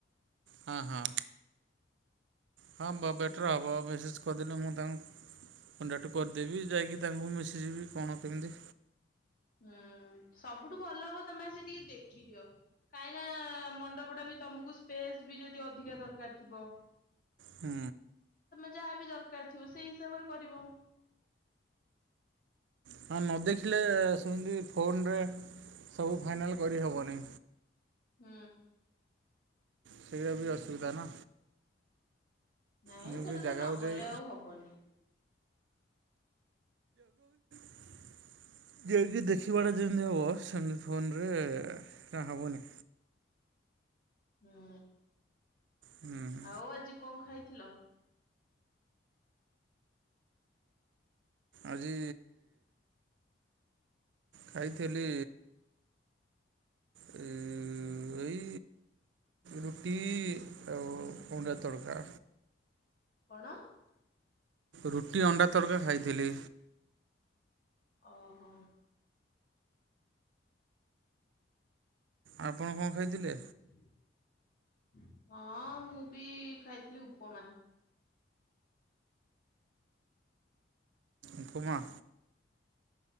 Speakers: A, on the right; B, on the left.
A: ହଁ ହଁ ହଁ ବା ବେଟର
B: ହୁଁ
A: ହବ ମେସେଜ କରିଦେଲେ ମୁଁ ତାଙ୍କୁ କଣ୍ଟାକ୍ଟ କରିଦେବି ଯାଇକି ତାଙ୍କୁ ମି ଶିଯିବି କଣ କେମିତି
B: ହୁଁ ସବୁଠୁ ଭଲ ହବ ତମେ ଆସି ଟିକେ ଦେଖିଦିଅ କାହିଁ ନା ମଣ୍ଡପ ଟା ବି ତମକୁ ସ୍ପେସ ବି ଯଦି ଅଧିକା ଦରକାର ଥିବ
A: ହୁଁ।
B: ଯାହା ବି ଦରକାର ଥିବ ସେଇ ହିସାବରେ କରିବ।
A: ହଁ ନ ଦେଖିଲେ ଫୋନରେ ସବୁ ଫାଇନାଲ କରିହେବନି
B: ହୁଁ।
A: ସେଇଟା ବି ଅସୁବିଧା ନା
B: ନାଇଁ
A: ମୁଁ
B: ସେଟା
A: ବି ଜାଗାକୁ
B: ତ ନଗଲେ
A: ଯାଇ
B: ଆଉ ହବନି
A: <unintelligible> ଯାଇକି ଦେଖିବା ଟା ଯେମତି ହବ ସେମିତି ଫୋନରେ ଆ ହବନି।
B: ହୁଁ
A: ହୁଁ
B: ଆଉ ଆଜି କଣ ଖାଇଥିଲ?
A: ଆଜି ଖାଇଥିଲି ଏଇ ରୁଟି ଆଉ ଅଣ୍ଡା ତଡ଼କା।
B: କଣ?
A: ରୁଟି ଅଣ୍ଡା ତଡ଼କା ଖାଇଥିଲି।
B: ଓହୋ।
A: ଆପଣ କଣ
B: ହୁଁ
A: ଖାଇଥିଲେ
B: ହୁଁ। ହଁ ମୁଁ ବି ଖାଇଥିଲି ଉପମା।
A: ଉପମା।